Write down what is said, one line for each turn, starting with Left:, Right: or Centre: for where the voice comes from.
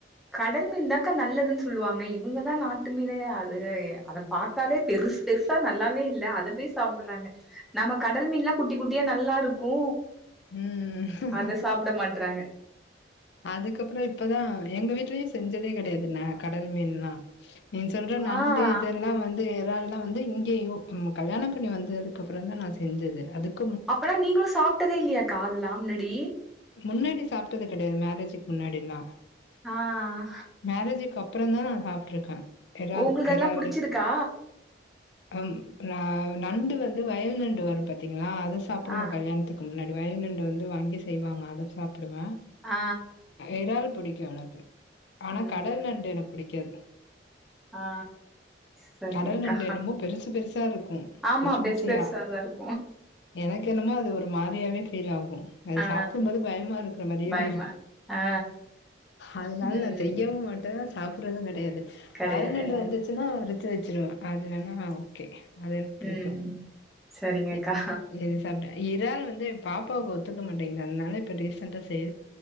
Centre: கடல் மீன் தாக்கா நல்லதுன்னு சொல்லுவாங்க இவுங்கதா நாட்டு மீனு அது அதப் பாத்தாலே பெருஸ் பெருசா நல்லாவே இல்ல அதப் போயி சாப்புட்றாங்க நம்ம கடல் மீன்லா குட்டிக் குட்டியா நல்லாருக்கு
Left: ம்.
Centre: அத சாப்ட மாட்றாங்க
Left: அதுக்கப்புறோ இப்பதா எங்க வீட்டுலயு செஞ்சதே கெடையாது ந கடல் மீன்லா நீங்க சொல்ற நண்டு
Centre: ஆ
Left: இதெல்லா வந்து து இறால்லா வந்து இங்கேயு கல்யாணோ பண்ணி வந்ததுக்கு அப்புறந்தா நா செஞ்சது அதுக்
Centre: அப்பனா நீங்களு சாப்டதே இல்லையாக்கா அதெல்லா மின்னாடி
Left: முன்னாடி சாப்டது கெடையாது மேரேஜுக்கு முன்னாடில்லா
Centre: ஆ
Left: மேரேஜுக்கு அப்புறந்தா நா சாப்டுருக்கே எறால்
Centre: ஓ உங்களுக்கு அதெல்லா
Left: எறாலு
Centre: புடிச்சிருக்கா
Left: ம் ஆ நண்டு வந்து வயல் நண்டு வரும் பாத்தீங்களா அத சாப்டுவோ
Centre: ஆ
Left: கல்யாணத்துக்கு க்கு முன்னாடி வயல்நண்டு வந்து வாங்கி செய்வாங்க அத சாப்பிடுவே
Centre: ஆ
Left: எறால் புடிக்கு எனக்கு ஆனா
Centre: ம்
Left: கடல் நண்டு எனக்கு புடிக்காது
Centre: ஆ செரிங்கக்கா
Left: கடல் நண்டு என்னமோ பெருசு பெருசா இருக்கு
Centre: ஆமா
Left: குச்சி
Centre: பெருசு
Left: குச்சியா
Centre: பெருசாதா இருக்
Left: எனக்கு என்னமோ அது ஒரு மாரியாவே ஃபீல் ஆகு அத
Centre: ஆ
Left: சாப்பிடும்போது பயமா இருக்கற மாரியே
Centre: பயமா
Left: ஃபீலு
Centre: ஆ
Left: அதனால
Centre: ம்
Left: நா செய்யவு மாட்டே சாப்டுறதுங் கெடையாது
Centre: கெடையாது
Left: வயல்நண்டு வந்துச்சுன்னா வறுத்து வச்சிருவே அது வேணா ஓகே அது எனக்கு புடிக்கு
Centre: ம் சரிங்கக்கா
Left: இது இ இறால் வந்து ஏ பாப்பாவுக்கு ஒத்துக்க மாட்டேங்குது அதனால இப்ப ரீசண்டா செய்